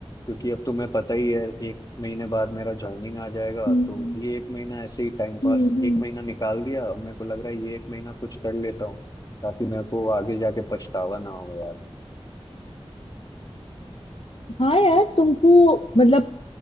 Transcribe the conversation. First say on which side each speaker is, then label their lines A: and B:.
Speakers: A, on the left; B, on the left.
A: क्योंकि अब तुम्हें पता ही है एक महीने बाद मेरा ज्वाइनिंग आ जाएगा
B: हम्म
A: तो ये एक महीना ऐसे ही टाइम पास
B: हम्म हम्म।
A: एक महीना निकाल दिया अब मेरे को लग रहा है ये एक महीना कुछ कर लेता हूँ ताकि मेरे को आगे जाके पछतावा ना हो
B: हाँ यार तुमको मतलब